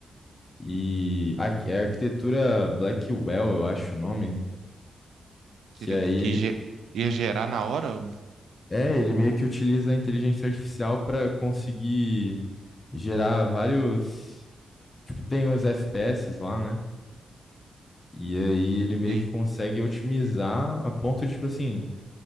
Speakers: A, on the left; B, on the right.
A: E a,
B: Aham.
A: é a arquitetura Blackwell, eu acho o nome, que
B: Seria
A: aí
B: o que, que
A: ele.
B: ge- ia gerar na hora? O...
A: É, ele meio
B: o-
A: que utiliza a inteligência artificial para conseguir gerar vários tipo, tem os FPS lá, né? E aí ele meio
B: Sim.
A: que consegue otimizar a ponto de, tipo assim,